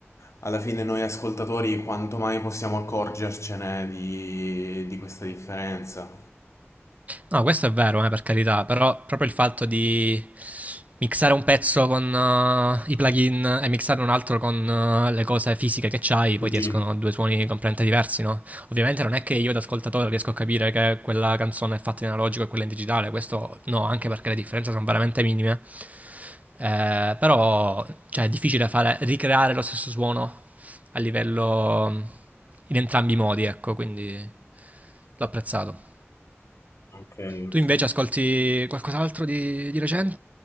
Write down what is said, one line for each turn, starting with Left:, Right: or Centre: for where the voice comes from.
Left: alla fine noi ascoltatori quanto mai possiamo accorgercene di, di questa differenza?
Right: No, questo è vero, eh, per carità, però proprio il fatto di mixare un pezzo con eh, i plugin e mixare un altro con eh, le cose fisiche che c'hai,
Left: Luigi.
Right: poi ti escono due suoni completamente diversi, no? Ovviamente non è che io da ascoltatore riesco a capire che quella canzone è fatta in analogico e quella in digitale, questo no, anche perché le differenze sono veramente minime. Eh, però cioè, è difficile fare, ricreare lo stesso suono a livello in entrambi i modi, ecco, quindi l'ho apprezzato.
Left: Ok,
Right: Tu
Left: ok.
Right: invece ascolti qualcos'altro di, di recente?